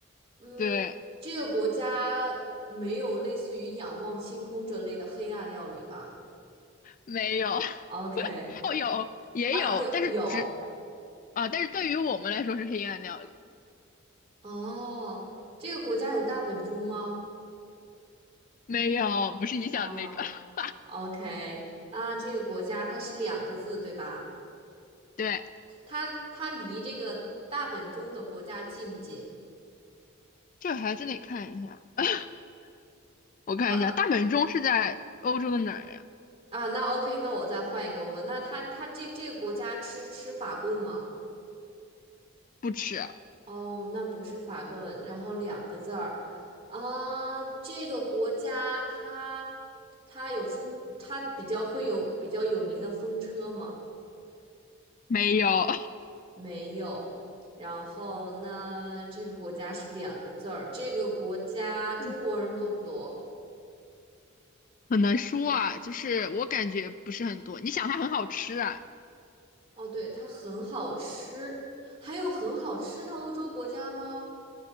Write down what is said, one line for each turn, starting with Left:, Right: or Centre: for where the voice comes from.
Right: 嗯，
Left: 对，
Right: 这个国家没有类似于仰望星空这类的黑暗料理吧
Left: 没有，<laughs>
Right: ？OK，
Left: 哦，有，也有，
Right: 啊，有有
Left: 但是只啊，但是对于我们来说是黑暗料理，
Right: 哦，这个国家有大本钟吗？
Left: 没有，不是你想的那个。
Right: 哦
Left: <laughs>
Right: ，OK，啊，这个国家它是两个字对吧？
Left: 对，
Right: 它它离这个大本钟的国家近不近？
Left: 这还真得看一下。呃我看一下，
Right: 呃
Left: 大本钟是在欧洲的哪儿呀？
Right: 啊，那 OK，那我再换一个问，那它它这这个国家吃吃法棍吗？
Left: 不吃，
Right: 哦，那不是法棍，然后两个字儿，啊，这个国家它它有风，它比较会有比较有名的风车吗？
Left: 没有，
Right: 没有。然后呢，这个国家是两个字儿，这个国家中国人多不多？
Left: <laughs> 嗯很难说啊。就是我感觉不是很多。你想它很好吃啊？
Right: 哦，对，它很好吃。还有很好吃的欧洲国家吗？